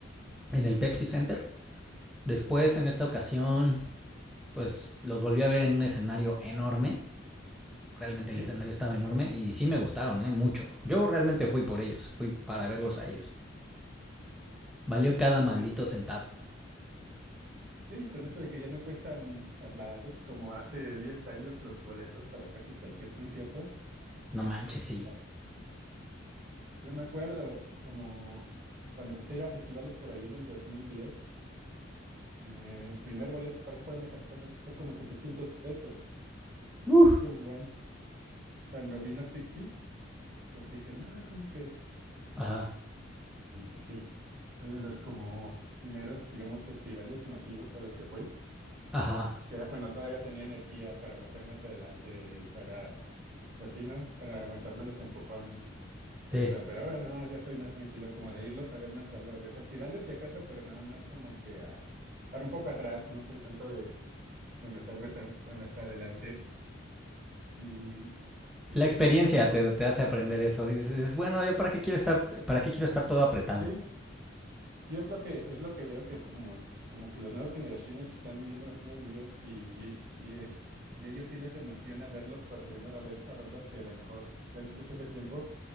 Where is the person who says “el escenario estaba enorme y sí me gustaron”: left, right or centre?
Centre